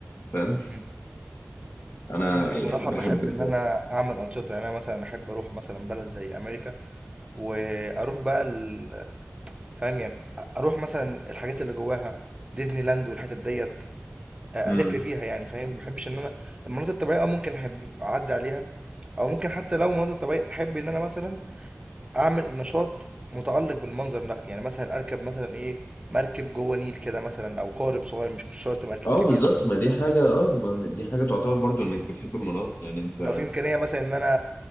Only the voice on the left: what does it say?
فاهم
انا
يعني بحب
الحوار
امم
اه
بالظبط ما دي حاجة اه ما دي حاجة تعتبر برضو انك بتحب المناطق يعني انت